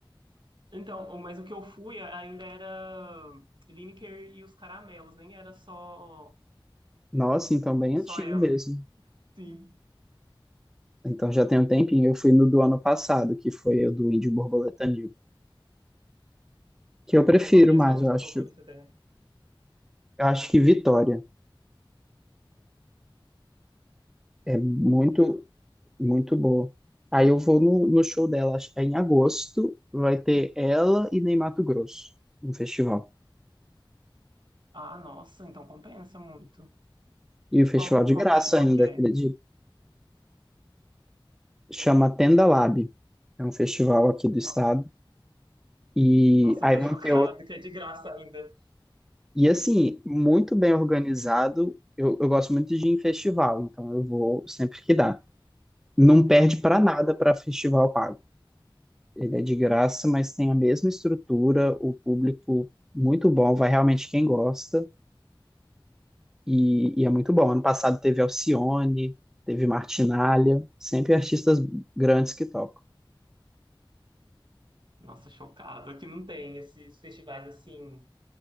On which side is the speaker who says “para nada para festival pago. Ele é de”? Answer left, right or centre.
Centre